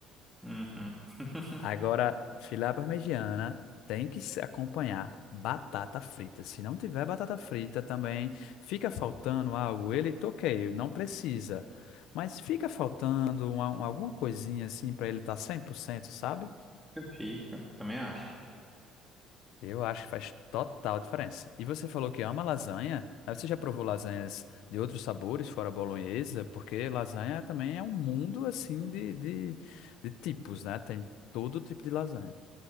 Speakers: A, in the centre; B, on the left.
A: Uhum. <laughs>
B: Agora, filé à parmegiana tem que se acompanhar batata frita. Se não tiver batata frita também, fica faltando algo. Ele toqueio, não precisa. Mas fica faltando uma- uma- alguma coisinha assim para ele estar tá 100%, sabe?
A: Fica, também acho.
B: Eu acho que faz total diferença. E você falou que ama lasanha, mas você já provou lasanhas de outros sabores, fora a bolonhesa? Porque lasanha também é um mundo assim de, de, de tipos, né? Tem todo tipo de lasanha.